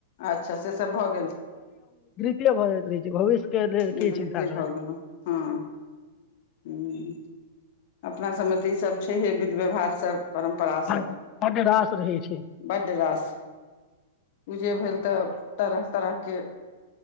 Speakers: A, on the left; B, on the left.
A: अच्छा, से सभ भ गेल।
B: सेहो भ जाइत रहै छै भविष्य के लेल
A: निब
B: के चिन्ता
A: रीतिरबौ
B: करै
A: गेल हँ ह <unintelligible> अपना सभमे त ईसभ छैहे विध व्यवहार सब परम्परा सब,
B: बड्ड रास रहै छै
A: बड रास जे भेल त तरह तरहके